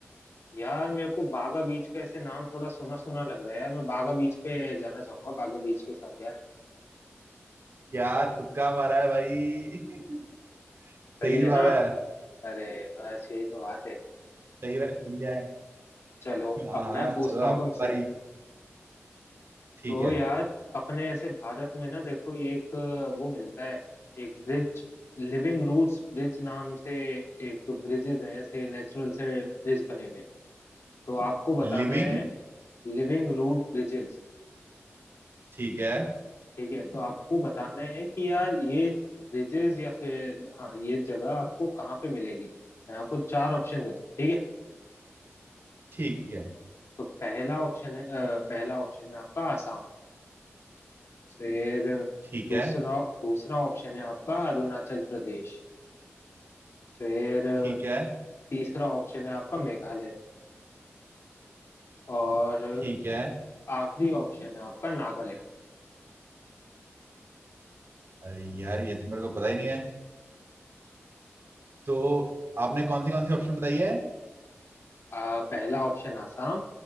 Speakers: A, on the left; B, on the right.
A: यार मेरे को बागा बीच का ऐसे नाम थोड़ा सुना सुना लग रहा है यार मैं बागा बीच पे जाना चाहूंगा बागा बीच के साथ यार
B: क्या तुक्का मारा है भाई <laughs> सही
A: सही
B: जवाब
A: है ना
B: है
A: अरे बस यही तो बात है
B: सही है सही है
A: चलो
B: हाँ
A: अब मैं
B: हाँ
A: पूछता
B: चलो आपकी
A: हूँ तुमसे
B: बारी ठीक
A: तो
B: है
A: यार अपने ऐसे भारत में ना देखो एक अ, वो मिलता है एक ब्रिज लिविंग रूट्स ब्रिज नाम से एक ब्रिजेज हैं ऐसे नेचुरल से ब्रिज बने हुए तो आपको बताना
B: लिविंग
A: है Living root bridges
B: ठीक है
A: ठीक है तो आपको बताना है कि यार ये ब्रिजेस या फिर हाँ ये जगह आपको कहाँ पे मिलेगी मैं आपको चार ऑप्शन देता हूँ ठीक है
B: ठीक है
A: तो पहला ऑप्शन है अ, पहला ऑप्शन है आपका आसाम फिर
B: ठीक
A: दूसरा
B: है
A: दूसरा ऑप्शन है आपका अरुणाचल प्रदेश फिर
B: ठीक है
A: तीसरा ऑप्शन है आपका मेघालय और
B: ठीक है
A: आखिरी ऑप्शन है आपका नागालैंड
B: अरे यार ये तो मेरे को पता ही नहीं है तो आपने कौन सी कौन सी ऑप्शन बताई है
A: आ, पहला ऑप्शन आसाम